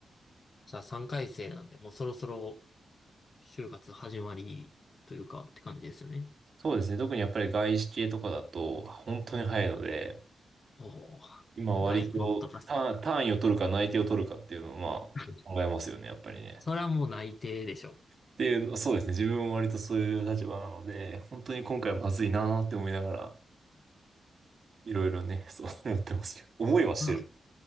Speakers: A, on the left; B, on the right.
A: じゃあ、3回生なんで、もうそろそろ、就活始まりというかって感じですよね。
B: そうですね。特にやっぱり外資系とかだと本当に早いので、
A: おお、
B: 今割と単単位を取るか内定を取るかっていうのをまあ考えますよね、
A: 外婚とかっすか。<laughs>
B: やっぱりね。
A: それはもう内定でしょ。
B: っていうの、そうですね。自分も割とそういう立場なので、本当に今回はまずいなーって思いながら、いろいろね、そう思ってますけど。思いはしてる。
A: まあ、